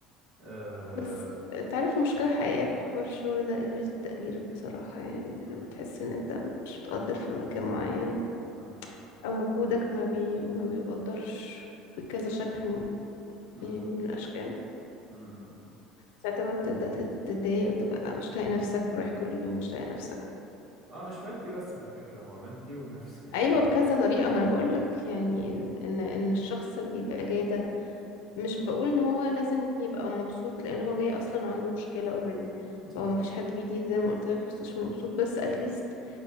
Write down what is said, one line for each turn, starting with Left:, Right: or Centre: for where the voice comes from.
Right: آه
Left: بس انت عارف المشكلة الحقيقية في حوار الشغل ده قلة التقدير بصراحة يعني
Right: مم،
Left: لما تحس ان انت مش متقدر في مكان معين
Right: مم،
Left: او مجهودك ما بي ما بيقدرش بكذا شكل م-
Right: مم،
Left: يعني من الاشكال
Right: مم، مم.
Left: ساعتها بقى بتبدأ تت- تتضايق وتبقى مش طايق نفسك ورايح كل يوم مش طايق نفسك
Right: آه، مش مادي بس على فكرة هو مادي ونفسي يعني
Left: ايوه
Right: معنى
Left: بكذا طريقه ما انا بقول لك يعني
Right: مم،
Left: ان ان إن الشخص اللي يبقى جاي ده مش بقول ان هو لازم يبقى مبسوط لان هو جاي اصلا وعنده مشكله اوريدي
Right: صح
Left: فهو ما فيش حد بيجي زي ما قلت لك مستشفى مبسوط بس اتليست